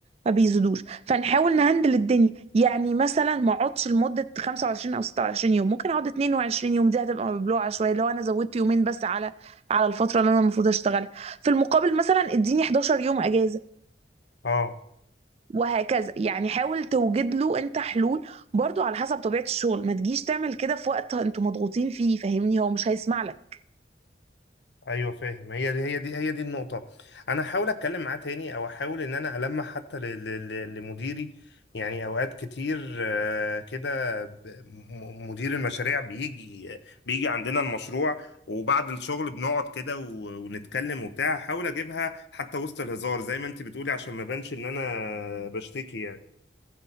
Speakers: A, on the right (about 35°); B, on the left (about 70°).
A: ما بيزيدوش فنحاول نهندل الدنيا يعني مثلا ما اقعدش لمده 25 او 26 يوم ممكن اقعد 22 يوم دي هتبقى مبلوعه شويه لو انا زودت يومين بس على على الفتره اللي انا المفروض اشتغلها في المقابل مثلا اديني 11 يوم اجازه
B: اه
A: وهكذا يعني حاول توجد له انت حلول برضو على حسب طبيعة الشغل ما تجيش تعمل كده في وقت انتوا مضغوطين فيه فاهمني هو مش هيسمع لك
B: ايوه فاهم هي دي هي دي هي دي النقطه انا احاول اتكلم معاه تاني او احاول ان انا المح حتى ل- ل- ل- لمديري يعني اوقات كتير آه، كده ب- م- مدير المشاريع بيجي بيجي عندنا المشروع وبعد الشغل بنقعد كده و- ونتكلم وبتاع احاول اجيبها حتى وسط الهزار زي ما انت بتقولي عشان ما بانش ان انا بشتكي